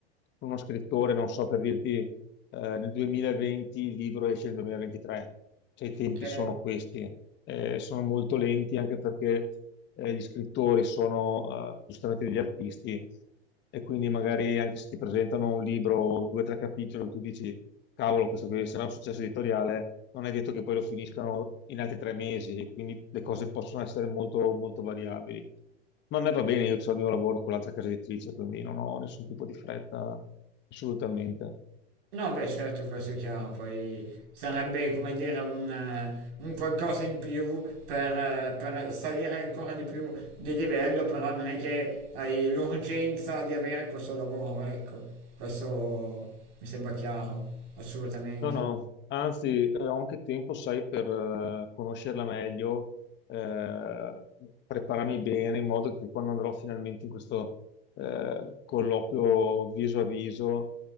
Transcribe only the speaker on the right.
Ok.
No, beh, certo, questo è chiaro, poi sarebbe, come dire, un, eh, un qualcosa in più per, eh, per salire ancora di più di livello, però non è che hai l'urgenza di avere questo lavoro, ecco, questo mi sembra chiaro, assolutamente.